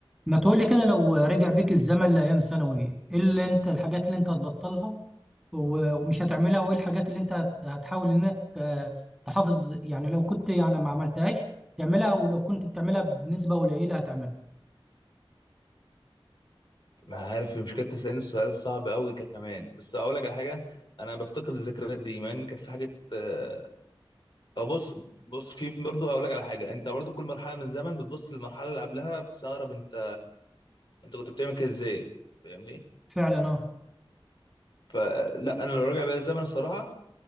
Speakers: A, in the centre; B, on the left (about 50°).
A: ما تقولي كده لو رجع بيك الزمن لأيام ثانوي ايه اللي انت الحاجات اللي انت هتبطلها و- ومش هتعملها وايه الحاجات اللي انت هت- هتحاول انك آه، تحافظ يعني لو كنت يعني ما عملتهاش تعملها او لو كنت بتعملها بنسبة قليلة هتعملها
B: ما عارف المشكلة تسألني السؤال الصعب قوي كمان بس أقول لك على حاجة أنا بفتقد الذكريات دي مع إن كان في حاجة آه، أو بص بص في برضه هقول لك على حاجة أنت برضه كل مرحلة من الزمن بتبص للمرحلة اللي قبلها بتستغرب أنت أنت كنت بتعمل كده إزاي فاهمني
A: فعلا اه
B: فلا أنا لو راجع بيا الزمن الصراحة